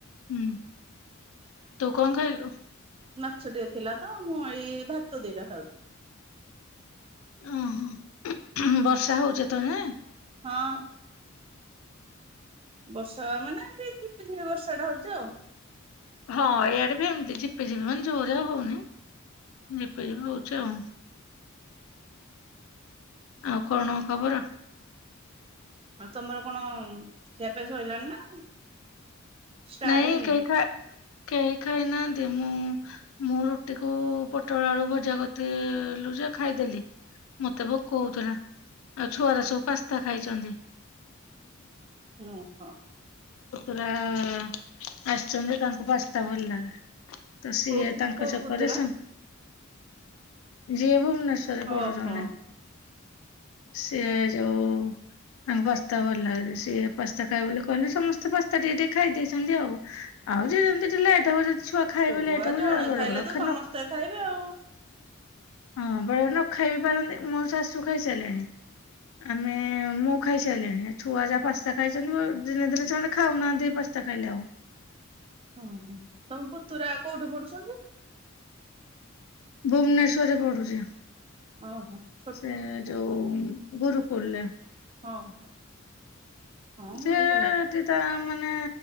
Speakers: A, on the left (about 75°); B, on the right (about 25°).
A: ହୁଁ ତୁ କଣ ଖାଇଲୁ
B: ମାଛଟିଏ ଥିଲା ତ ମୁଁ ଏଇ ଭାତ ଦିଟା ଖାଉଛି
A: ଓହୋ ବର୍ଷା ହଉଛ ତ ହେଁ
B: ହଁ ବର୍ଷା ମାନେ ଏମ୍ ତି ଝ ବର୍ଷା ଟା ହଉଛି ଆଉ
A: ହଁ ଏଇଆଡେ ବି ଏମିତି ଝିପିଝିପି ମାନେ ଜୋରେ ଆଉ ହଉନି ଝିପିଝିପି ହଉଚି ଆଉ ଆଉ କଣ ଖବର
B: ଆଉ ତମର କଣ ଖିଆପିଆ ସରିଲାଣି ନା ଷ୍ଟାର୍ଟ
A: ନାଇଁ
B: ହେଇନି?
A: କେହି ଖା ଖାଇ ନାହାଁନ୍ତି ମୁଁ ମୁଁ ରୁଟି କୁ ପୋଟଳ ଆଳୁ ଭଜା କରିଥିଲୁ ଯେ ଖାଇଦେଲି ମତେ ଭୋକ ହଉଥିଲା ଆଉ ଛୁଆର ସବୁ ପାସ୍ତା ଖାଇଛନ୍ତି
B: ଓଁ ହୋ
A: <inaudible> ଆସଛନ୍ତି ତାଙ୍କୁ ପାସ୍ତା ଭଲ ଲାଗେ ତ ସିଏ
B: କୋଉ
A: ତାଙ୍କ
B: କୋଉ
A: ଚଛକରେ
B: ପୁତୁରା?
A: ସା ଯିଏ ଭୁବନେଶ୍ୱରରେ
B: ଓହୋ
A: ପଢୁଛନ୍ତି ସିଏ ଯୋଉ ତାଙ୍କ ପାସ୍ତା ଭଲ ଲାଗେ ସିଏ ପାସ୍ତା ଖାଇବେ ବୋଲି କହିଲେ ସମସ୍ତେ ପାସ୍ତା ଟିକେ ଟିକେ ଖାଇଦେଇ ନ୍ତୀ ଆଉ ଆଉ ଯେମିତି ଲେଟ୍ ହେବା ଯଦି ଖାଇବେ
B: ଛୁଆ
A: ଲେଟ୍ ହବ ବେଳେ
B: ଜଣେ
A: ବେଳେ
B: ଖାଇଲେ ତ ସମସ୍ତେ
A: ନ
B: ଖାଇବେ ଆଉ
A: ହଁ ବେଳେ ବେଳେ ନ ଖାଇ ବିି ପାରନ୍ତି ମୋ ଶାଶୁ ଖାଇସାରିଲେଣି ଆମେ ମୁଁ ଖାଇସାରିଲିଣି ଛୁଆ ଯାହା ପାସ୍ତା ଖାଇଛନ୍ତି ଦିନେ ଦିନେ ସେମାନେ ଖାଉନାହାନ୍ତି ପାସ୍ତା ଖାଇଲେଉ
B: <unintelligible> ତମ ପୁତୁରା କୋଉଠି ପଡୁ ସ୍ଵନ୍ଦିପ
A: ବୁବନେଶ୍ଵରରେ ପଡୁଛି
B: ଓହୋ ଛୋଟ
A: ସେ ଯୋଉ ହୁଁ ଗରୁକୁଲ ରେ
B: ହଁ <unintelligible>
A: ସେଟିଟା
B: ରୁଲ
A: ମାନେ